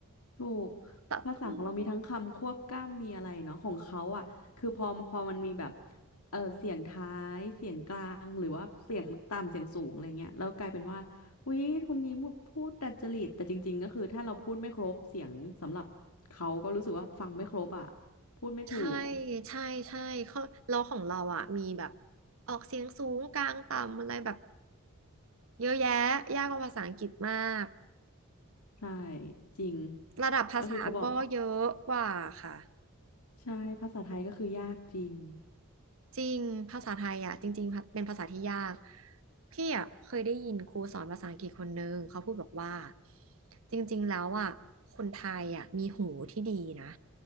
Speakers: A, on the left; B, on the right.
A: ถูก
B: แต่อืม
A: ภาษาของเรามีทั้งคำควบกล้ำมีอะไรเนาะของเขาอ่ะคือพอพอมันมีแบบเออเสียงท้ายเสียงกลางหรือว่าเสียงต่ำเสียงสูงอะไรเงี้ยแล้วกลายเป็นว่าอุ๊ยคนนี้แบบพูดดัดจริตแต่จริงๆก็คือถ้าเราพูดไม่ครบเสียงสำหรับเขาก็รู้สึกว่าฟังไม่ครบอ่ะพูดไม่ถูก
B: ใช่ใช่ใช่เขาเราของเราอ่ะมีแบบออกเสียงสูงกลางต่ำอะไรแบบเยอะแยะ ยากกว่าภาษาอังกฤษมาก
A: ใช่จริง
B: ระดับภาษาก็เยอะกว่าค่ะ
A: ก็คือเขาบอกใช่ภาษาไทยก็คือยากจริง
B: จริงภาษาไทยอ่ะจริงๆเป็นภาษาที่ยากพี่อ่ะเคยได้ยินครูสอนภาษาอังกฤษคนนึงเขาพูดบอกว่าจริงๆแล้วอ่ะคนไทยอ่ะมีหูที่ดีนะ